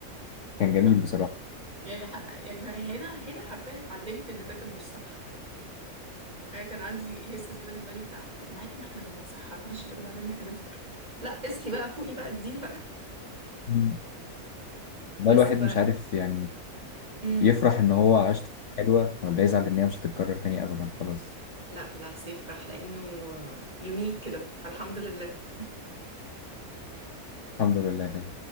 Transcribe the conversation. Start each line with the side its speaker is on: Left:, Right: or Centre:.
Left: كان جميل
Right: لا
Left: بصراحة
Right: يعني ح... يعني هنا هنا حرفيا اتعلمت ان ده كان مش صح انا كان عندي هسس كده في دماغي بتاع طب ما عادي ما احنا لو ما تسحرناش يبقى ده معناه ان احنا نفطر لا اصحي بقى فوقي بقى الدين بقى
Left: مم. ده
Right: بس
Left: الواحد
Right: ف
Left: مش عارف يعني
Right: امم
Left: يفرح ان هو عاش طفولة حلوة ولا يزعل ان هي مش هتتكرر تاني ابدا خلاص
Right: لا بالعكس يفرح لانه يونيك كده فالحمد لله
Left: الحمد لله